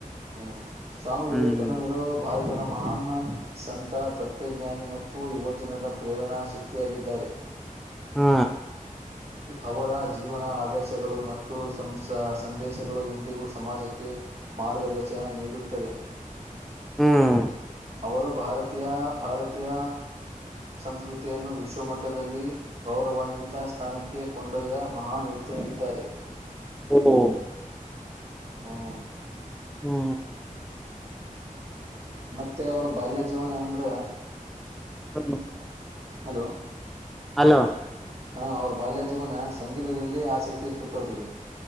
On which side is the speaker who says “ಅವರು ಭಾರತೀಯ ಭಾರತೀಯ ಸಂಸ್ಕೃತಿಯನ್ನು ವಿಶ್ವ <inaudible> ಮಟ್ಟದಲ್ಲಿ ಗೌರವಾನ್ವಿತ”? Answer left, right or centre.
Right